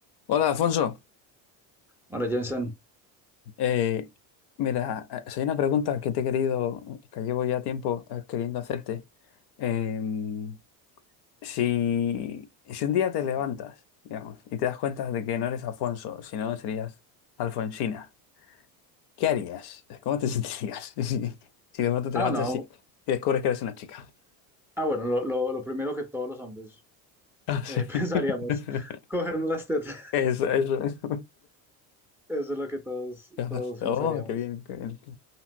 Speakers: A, on the left (about 55°); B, in the centre.
A: Hola, Alfonso.
B: Ahora, Jensen,
A: Eh, mira, eh, si hay una pregunta que te he querido, que llevo ya tiempo eh, queriendo hacerte. Em, si, si un día te levantas, digamos, y te das cuenta de que no eres Alfonso, sino serías Alfonsina, ¿qué harías? ¿Cómo te <laughs> sentirías si, si de pronto te
B: ah,
A: levantas
B: no,
A: y, y descubres que eres una chica?
B: ah, bueno, lo, lo- lo primero que todos los hombres
A: Ah,
B: eh,
A: sí.
B: <laughs> pensaríamos,
A: <laughs>
B: cogernos las tetas,
A: Eso, eso, eso.
B: eso es lo que todos,
A: <laughs>
B: todos
A: Oh,
B: pensaríamos.
A: qué bien, qué bien.